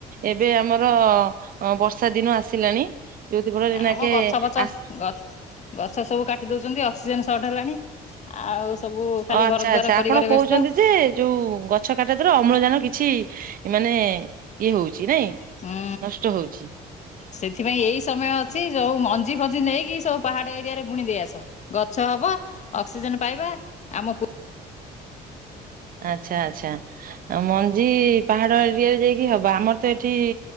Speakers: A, on the right (about 55°); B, on the left (about 45°).
A: ଏବେ ଆମର ବର୍ଷା ଦିନ ଆସିଲାଣି ଯୋଉଥି ଫଳରେ ନାକେ
B: ଆମ ଗଛ ଫଛ ଗଛ
A: ଆସ
B: ସବୁ କାଟି ଦଉଛନ୍ତି ଅକ୍ସିଜେନ ସର୍ଟ ହେଲାଣି ଆଉ। ସବୁ ଖାଲି
A: ଆଚ୍ଛା
B: ଘର ଦ୍ୱାର
A: ଆଚ୍ଛା
B: କରିବାରେ
A: ଆପଣ କହୁଛନ୍ତି
B: ବ୍ୟସ୍ତ
A: ଯେ। ଯୋଉ ଗଛ କାଟିବା ଦ୍ୱାରା ଅମ୍ଳଜାନ କିଛି ମାନେ ଇଏ ହଉଛି ନାଇଁ।
B: ହୁଁ।
A: ନଷ୍ଟ ହଉଛି।
B: ସେଥିପାଇଁ ଏଇ ସମୟ ଅଛି ଯୋଉ ମଞ୍ଜି ଫଞ୍ଜି ନେଇକି ସବୁ ପାହାଡ ଏରିଆରେ ବୁଣି ଦେଇ ଆସ। ଗଛ ହବ ଅକ୍ସିଜେନ ପାଇବା ଆମକୁ
A: ଆଚ୍ଛା ଆଚ୍ଛା ମଞ୍ଜି ପାହାଡ ଏରିଆରେ ଯାଇକି ହବ ଆମର ତ ଏଠି।